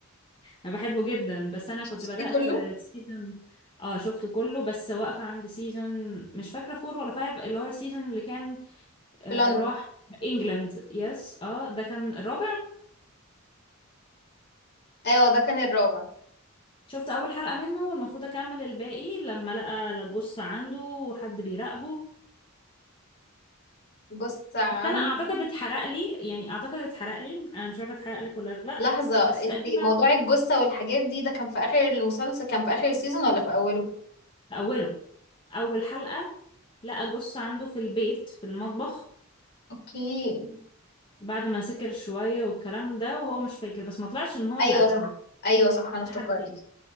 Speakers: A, on the left; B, on the left.
A: انا بحبه جدا بس انا
B: <laughs> شفتي
A: كنت بدأت
B: كله
A: سيزون اه شفته كله بس واقفة عند سيزون مش فاكرة فور ولا فايف اللي هو السيزون اللي كان آه
B: في لندن
A: راح انجلاند يس اه ده كان الرابع
B: ايوه ده كان الرابع
A: شفت اول حلقة منه والمفروض اكمل الباقي لما لقى بص عنده وحد بيراقبه
B: جثة عن
A: بس انا اعتقد اتحرق لي يعني اعتقد اتحرق لي انا مش عارفة اتحرق لك ولا لا
B: لحظة انت
A: بس تقريبا
B: موضوع الجثة والحاجات دي ده كان في آخر المسلسل كان في آخر السيزون ولا في أوله؟
A: في اوله اول حلقة لقى جص عنده في البيت في المطبخ
B: اوكي
A: بعد ما سكر شوية والكلام ده وهو مش فاكر بس ما طلعش ان هو اللي
B: ايوه
A: قتلها
B: صح ايوه صح انا افتكرت
A: طلع حد تاني